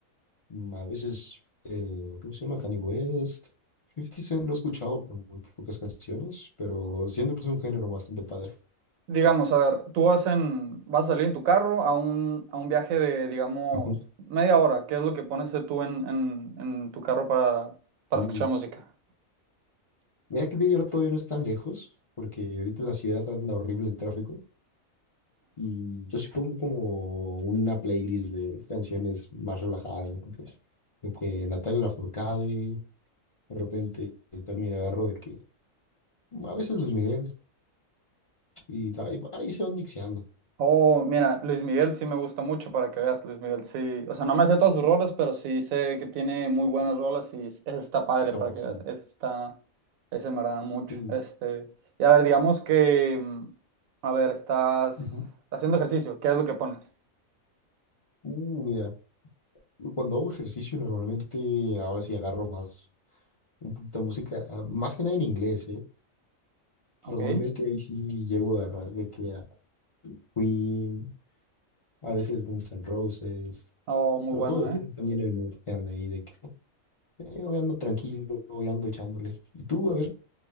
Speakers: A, on the left; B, on the right.
A: mm, a veces, eh, ¿cómo se llama? Kanye West. Fifty Cent lo he escuchado, pero muy pocas canciones, pero siento que es un género bastante padre.
B: Digamos, a ver, tú vas en, vas a salir en tu carro a un, a un viaje de, digamos,
A: Ujú.
B: media hora. ¿Qué es lo que pones tú en, en, en tu carro para, para
A: Uh,
B: escuchar música?
A: Mira que Big Air todavía no es tan lejos, porque ahorita en la ciudad anda horrible el tráfico. Y yo sí pongo como una playlist de canciones más relajadas. ¿no? pues, de que Natalia Lafourcade, de repente eh, también agarro de que a veces Luis Miguel, y ahí, ahí se van mixeando.
B: Oh, mira, Luis Miguel sí me gusta mucho para que veas, Luis Miguel sí, o sea, no me sé todas sus rolas, pero sí sé que tiene muy buenas rolas y es- esa está padre
A: No,
B: para que
A: sí,
B: veas, esa está, ese me agrada mucho,
A: sí.
B: este, y a ver, digamos que, mm, a ver, estás
A: Ujú.
B: haciendo ejercicio, ¿qué es lo que pones?
A: Uh, mira, cuando hago ejercicio normalmente ahora sí agarro más, un poquito de música, ah, más que nada en inglés, ¿eh?
B: Ok,
A: Normalmente ahí sí llego a agarrar de que a Queen, a veces Guns N' Roses,
B: oh, muy
A: pero
B: bueno,
A: todo depende
B: ¿eh?
A: también del mood que anda ahí, de que eh, hoy ando tranquilo, hoy ando echándole. Y tú, a ver,